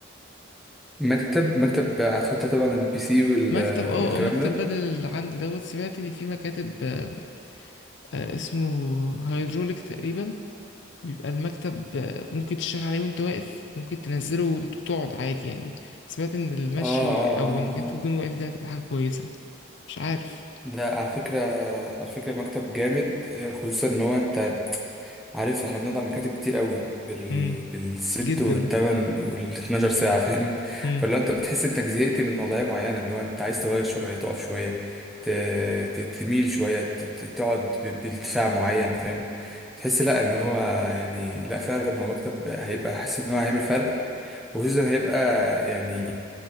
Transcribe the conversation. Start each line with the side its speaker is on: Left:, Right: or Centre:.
Centre: مكتب مكتب هتحط طبعا البي سي وال...
Left: مكتب اه
Centre: والكلام
Left: اه مكتب
Centre: ده
Left: بدل اللي عندي دوت سمعت ان في مكاتب آه، آه، اسمه هيدروليك تقريبا بيبقى المكتب آه، ممكن تشتغل عليه وانت واقف ممكن تنزله وانت تقعد عادي يعني سمعت ان المشي
Centre: اه اه
Left: او انك
Centre: اه
Left: انت
Centre: آه.
Left: تكون واقف ده هتبقى حاجة كويسة مش عارف
Centre: ده على فكرة على فكرة المكتب جامد آه، خصوصا ان هو انت عارف احنا بنقعد على المكاتب كتير قوي بال...
Left: امم
Centre: بالست
Left: جدا
Centre: والتمن والاتناشر ساعة فاهم
Left: امم
Centre: فلو انت بتحس انك زهقت من وضعية معينة اللي هو انت عايز تغير شوية تقف شوية ت... ت... تميل شوية ت... ت- تقعد ب... بارتفاع معين فاهم تحس لا ان هو يعني لا فعلا هو مكتب هيبقى حاسس ان هو هيعمل فرق وخصوصا هيبقى يعني